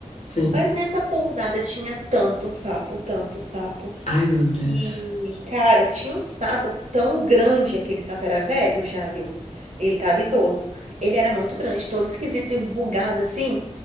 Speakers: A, on the left; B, on the right.
A: Sim.
B: Mas nessa pousada tinha tanto sapo, tanto sapo.
A: Ai, meu Deus.
B: que, cara, tinha um sapo tão grande, aquele sapo era velho, já viu? Ele tava idoso. Ele era muito grande, todo esquisito, enrugado assim,